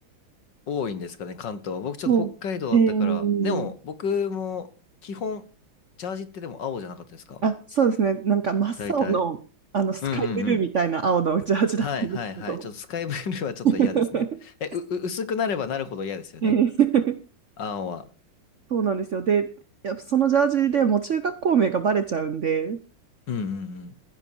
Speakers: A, on the left; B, on the right.
A: 多いんですかね、関東は。僕ちょっと北海道だったから。
B: そう。えー、
A: でも、僕も基本、ジャージってでも青じゃなかったですか
B: あ、そうですね。なんか真っ青の、
A: 大体。
B: あのスカイブルーみたいな青のジャージだったんですけど。
A: うんうんうん。はいはいはい。ちょっとスカイブルーはちょっと嫌ですね。
B: <laughs>
A: え、う、う薄くなればなるほど嫌ですよね。
B: えー
A: 青は。
B: <laughs> そうなんですよ。で、やっぱそのジャージでもう中学校名がバレちゃうんで、
A: うんうんうん。